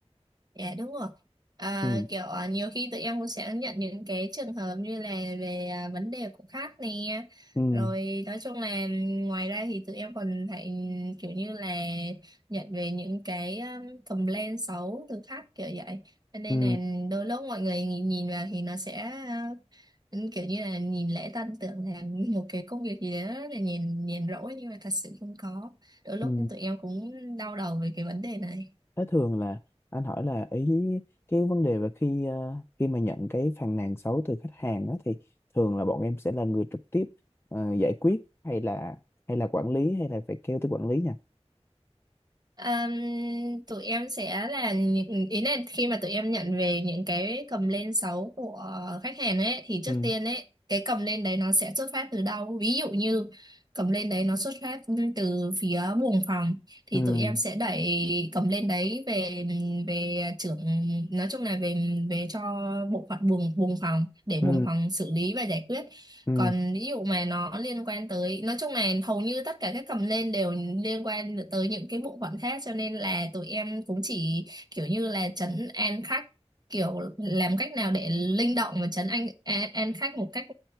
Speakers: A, on the right (about 35°); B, on the left (about 20°).
A: Dạ đúng rồi. À,
B: ừ
A: kiểu à, nhiều khi tụi em cũng sẽ nhận những cái trường hợp như là về à, vấn đề của khách nè.
B: ừ
A: Rồi nói chung là ngoài ra thì tụi em còn phải kiểu như là nhận về những cái um, complaint xấu từ khách kiểu vậy. Cho nên
B: ừ
A: là đôi lúc mọi người nhìn, nhìn vào thì nó sẽ ờ, kiểu như là nhìn lễ tân tưởng là <laughs> một cái công việc gì đó là nhìn nhìn rỗi nhưng mà thật sự không có. Đôi lúc
B: ừ
A: tụi em cũng đau đầu về cái vấn đề này.
B: Thế thường là anh hỏi là ý cái vấn đề về khi ờ, khi mà nhận cái phàn nàn xấu từ khách hàng đó thì thường là bọn em sẽ là người trực tiếp ờ, giải quyết hay là hay là quản lý hay là phải kêu tới quản lý nha.
A: Ừm, tụi em sẽ là những ý là khi mà tụi em nhận về những cái cầm lên sóng của khách hàng ấy thì trước
B: Ừ
A: tiên ấy cái cầm lên đấy nó sẽ xuất phát từ đâu ví dụ như cầm lên đấy nó xuất phát từ phía buồng phòng thì
B: ừ
A: tụi em sẽ đẩy cầm lên đấy về về trưởng nói chung là về về cho bộ phận buồng buồng phòng để buồng
B: ừ
A: phòng xử lý và giải quyết
B: ừ
A: còn ví dụ mà nó liên quan tới nói chung là hầu như tất cả các cầm lên đều liên quan tới những cái bộ phận khác cho nên là tụi em cũng chỉ kiểu như là trấn an khách kiểu làm cách nào để linh động và trấn an, an, an khách một cách